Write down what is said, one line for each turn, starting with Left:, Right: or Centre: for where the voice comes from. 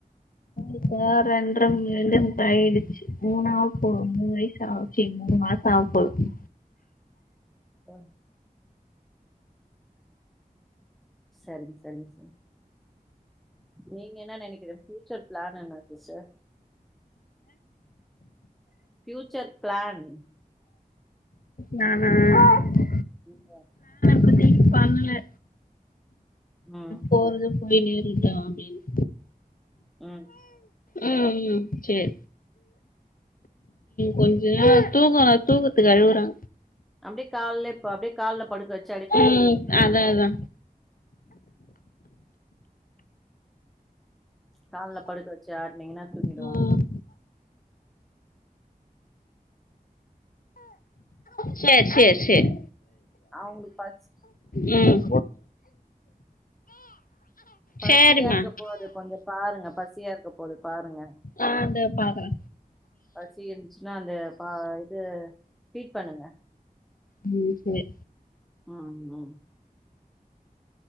Left: இப்ப ரென்ற ரெண்டே முக்கால் ஆயிடுச்சு மூன்னாக போது மூணு வயசு ஆக போ மூணு மாசோ ஆக போகுது
Centre: ஆ செரிங்க செரிங்க செரி நீங்க என்ன நெனைக்கிற ஃயூச்சர் பிளான் என்ன சிஸ்டர் ஃபியூச்சர் பிளான்
Left: ம் ம்
Centre: <unintelligible>
Left: பத்தி
Centre: ம்
Left: போறது போய் நேரிட்டம் அப்டின்னு
Centre: அ
Left: ம் செரி கொஞ்ச தூக்க தூக்கத்துக்கு அழுகுறா
Centre: அப்டியே கால அப்டியே கால படுக்க வ
Left: ம் அதா அதா
Centre: கால்ல படுக்க வச்சு ஆட்னீங்கன்னா தூங்கிடுவா
Left: ம் செரி செரி செரி
Centre: அவங்களுக்கு பசி
Left: ம்
Centre: பசியா
Left: செரிமா
Centre: இருக்க போது கொஞ்சோ பாருங்க பசியா இருக்க போகுது பாருங்க
Left: ஆ இந்தா பாக்குறே
Centre: பசி அந்த பா இது ஃபீட் பண்ணுங்க
Left: ம் செரி
Centre: ம் ம்